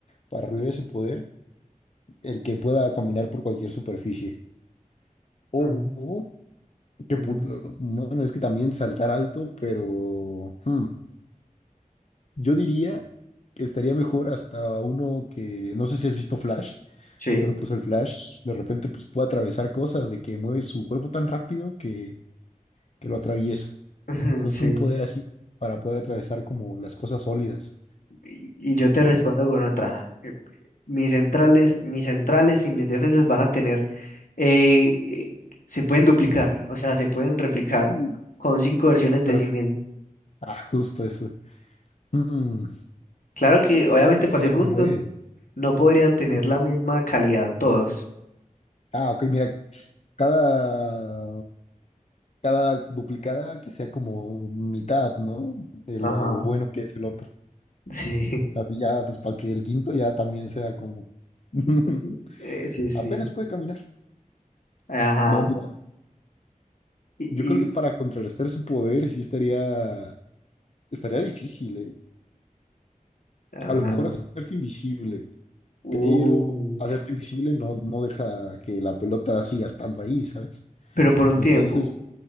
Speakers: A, on the left; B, on the left.
A: para lograr ese poder el que pueda caminar por cualquier superficie. Oh,
B: Ah,
A: oh, qué
B: ujú,
A: puto. Bueno, es que también saltar alto, pero hmm, yo diría que estaría mejor hasta uno que no sé si has visto Flash,
B: Sí,
A: pero pues el Flash de repente pues puede atravesar cosas de que mueve su cuerpo tan rápido que, que lo atraviesa.
B: <laughs> ujú,
A: Entonces,
B: sí.
A: un poder así para poder atravesar como las cosas sólidas.
B: Y, y yo te respondo con otra. eh, Mis centrales, mis centrales y mis defensas van a tener eh, eh, se pueden duplicar, o sea, se pueden replicar
A: Mm.
B: con cinco versiones de
A: Pero,
B: sí mismo.
A: ah, justo eso. Mm,
B: Claro que, obviamente,
A: es
B: para
A: que
B: ser
A: son
B: justos,
A: un buen.
B: no podrían tener
A: Ujú.
B: la misma calidad todos.
A: Ah, ok, mira, cada, cada duplicada que sea como mitad, ¿no? De
B: Ajá,
A: lo bueno que es el otro.
B: sí,
A: Así ya, pues para que el quinto ya también sea como... <laughs>
B: <laughs> eh, sí, sí,
A: Apenas puede caminar.
B: ajá.
A: No, mira,
B: Y,
A: yo creo
B: y-
A: que para contrarrestar su poder sí estaría, estaría difícil, ¿eh?
B: ah,
A: A lo mejor hacerse invisible,
B: uf,
A: pero hacerte invisible no, no deja que la pelota siga estando ahí, ¿sabes?
B: pero por un
A: Entonces,
B: tiempo.